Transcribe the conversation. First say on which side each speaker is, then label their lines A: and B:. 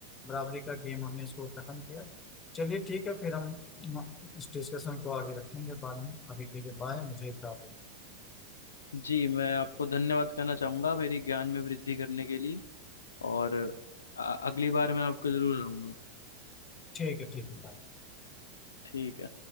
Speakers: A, on the left; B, on the left.
A: बराबरी का गेम हमने इसको खत्म किया चलिए ठीक है फिर हम हम इस डिस्कशन को आगे रखेंगे बाद में अभी के लिए बाय मुझे एक काम है।
B: जी मैं आपको धन्यवाद कहना चाहूँगा मेरी ज्ञान में वृद्धि करने के लिए और अ- अगली बार मैं आपको ज़रूर आऊँगा
A: ठीक है ठीक है बाय
B: ठीक है